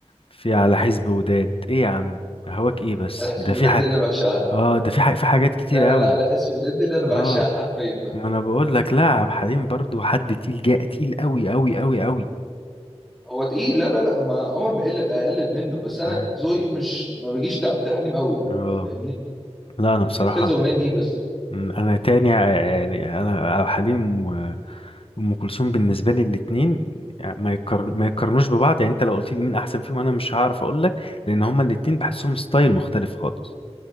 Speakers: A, on the left (about 55°); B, in the centre.
A: في على حزب وداد ايه يا عم هواك ايه بس
B: على حسب
A: ده في
B: وداد
A: ح...
B: اللي انا بعشقها
A: اه ده في ح... في حاجات كتير
B: لا لا
A: قوي
B: لا على حسب وداد اللي انا بعشقها
A: اه
B: حرفيا
A: ما انا بقول لك لا عبد الحليم برضو حد تقيل جاء تقيل قوي قوي قوي قوي
B: هو تقيل لا لا لا ما عمر ما اقل اقلل منه بس انا
A: أي.
B: ذوقي مش ما بيجيش لعبد الحليم قوي
A: اه
B: فاهمني
A: لا انا
B: بيجي
A: بصراحة
B: لي في كذا اغنيه ليه بس
A: مم، انا تاني ع- يعني انا عبد الحليم وام كلثوم بالنسبه لي الاثنين ما يقر... ما يقارنوش ببعض يعني انت لو قلت لي مين احسن فيهم انا مش هعرف اقول لك لان هما الاثنين بحسهم ستايل مختلف خالص